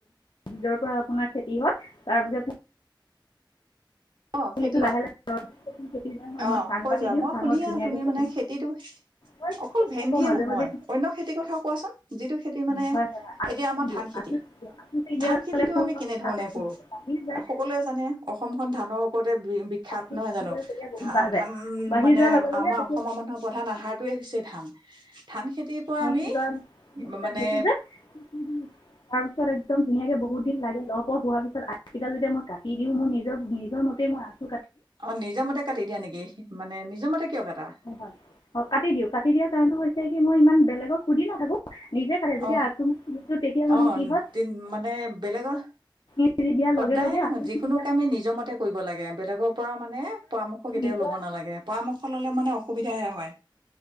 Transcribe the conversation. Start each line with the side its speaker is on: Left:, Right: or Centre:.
Left: বীজৰ পৰা আপোনাৰ খেতি হয় তাৰপিছত
Right: অ
Left: পুলিটো
Right: খেতি
Left: লাহে খেতি হয়
Right: অ
Left: মই চাং
Right: কৈ
Left: পাতি
Right: যোৱা
Left: দিওঁ
Right: মই
Left: চাঙত
Right: শুনিয়ে
Left: ধুনীয়াকৈ
Right: তুমি মানে খেতিটো
Left: হয়
Right: অকল ভেন্দিয়ে
Left: আকৌ মাজে
Right: নহয়
Left: মাজে
Right: অন্য খেতিৰ কথাও কোৱাচোন যিটো খেতি মানে
Left: হয় হয়
Right: এতিয়া আমাৰ ধান খেতি
Left: দিওঁ দিয়াৰ
Right: ধান খেতিটো
Left: ফুল
Right: আমি কেনে ধৰণে
Left: তাতে
Right: কৰো
Left: বাঢ়ি যায়
Right: সকলোৱে জানে অসমখন ধানৰ ওপৰত বিখ্যাত
Left: যদিহে
Right: নহয় জানো
Left: তেতিয়া বহুত
Right: ধা
Left: বাঢ় যায়
Right: ধান
Left: বাঢ়ি
Right: মানে
Left: যোৱাৰ লগে লগে
Right: আমাৰ
Left: তেতিয়া
Right: অসমৰ মানুহৰ প্ৰধান আহাৰটোৱে হৈছে ধান। ধান খেতিৰ পৰা আমি
Left: কি কয় এইটো
Right: মানে
Left: যেতাৰ পিছত একদম ধুনীয়াকে বহুত দিন লাগে লহ হোৱাৰ পিছত আগকেইাল যেতিয়া মই কাটি দিওঁ মোৰ নিজৰ নিজৰ মতেই মই
Right: অ নিজৰ মতে কাটি দিয়া নেকি মানে নিজৰ মতে কিয় কাটা
Left: হয় অঁ কাটি দিওঁ কাটি দিয়াৰ কাৰণটো হৈছে কি মই ইমান বেলেগক সুধি নিজে কাটে যেতিয়া
Right: অ
Left: তেতিয়া মানে
Right: অ
Left: কি হয়
Right: মানে বেলেগৰ
Left: খিৰি দিয়াৰ
Right: সদায়ে
Left: লগে লগে
Right: নহয়
Left: আকৌ
Right: যিকোনো
Left: খি দিয়াৰ
Right: কামে নিজৰ মতে কৰিব লাগে বেলেগৰ পৰা মানে পৰামৰ্শ কেতিয়াও
Left: নিজ
Right: ল'ব নালাগে পৰামৰ্শ ল'লে মানে অসুবিধাহে হয়